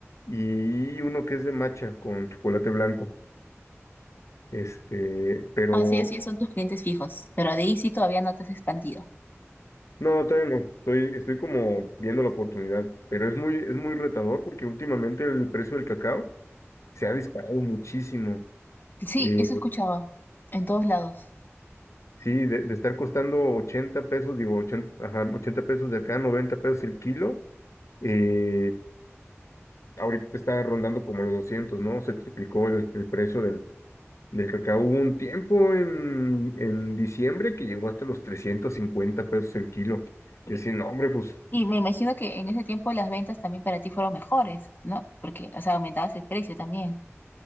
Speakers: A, on the left (about 80°); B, on the left (about 40°).
A: Y uno que es de matcha con chocolate blanco. Este, pero
B: Ah, sí, así son tus clientes fijos, pero de ahí sí todavía no te has expandido.
A: no, todavía no. Estoy, estoy como viendo la oportunidad. Pero es muy, es muy retador porque últimamente el precio del cacao se ha disparado muchísimo.
B: Sí,
A: Eh,
B: eso escuchaba en todos lados.
A: sí, de, de estar costando 80 pesos, digo, 80 ajá, 80 pesos de acá, 90 pesos el kilo. eh, ahorita está rondando como los 200, ¿no? Se triplicó el, el precio del, del cacao. Hubo un tiempo en, en diciembre que llegó hasta los 350 pesos el kilo. Y así, no, hombre, pues
B: Y me imagino que en ese tiempo las ventas también para ti fueron mejores, ¿no? Porque, o sea, aumentabas el precio también.